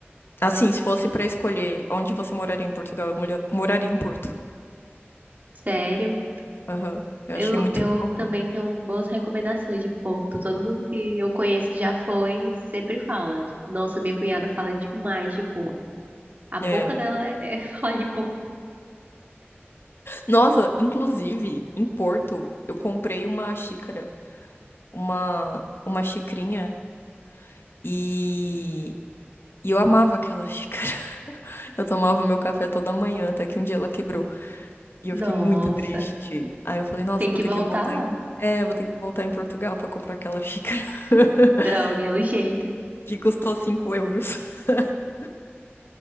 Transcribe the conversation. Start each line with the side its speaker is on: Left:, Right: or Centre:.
Left: Assim, se fosse pra escolher onde você moraria em Portugal, eu molha- moraria em Porto.
Right: Sério?
Left: Aham, eu achei
Right: Eu,
Left: muito
Right: eu
Left: fofinho.
Right: também tenho boas recomendações de Porto. Todo mundo que eu conheço que já foi sempre fala. Tipo, Nossa, minha cunhada fala demais de Porto. A boca
Left: É.
Right: dela é <laughs> falar de Porto.
Left: Nossa, inclusive, em Porto, eu comprei uma xícara. uma, uma xicrinha e, e eu amava aquela xícara. <laughs> Eu tomava meu café toda manhã, até que um dia ela quebrou. E eu
Right: Nossa,
Left: fiquei muito triste. Aí eu falei, nossa,
Right: tem
Left: eu
Right: que
Left: vou ter
Right: voltar
Left: que voltar
Right: lá.
Left: em... É, eu vou ter que voltar em Portugal pra comprar aquela xícara <laughs>
Right: Droga, é o jeito.
Left: que custou 5 euros. <laughs>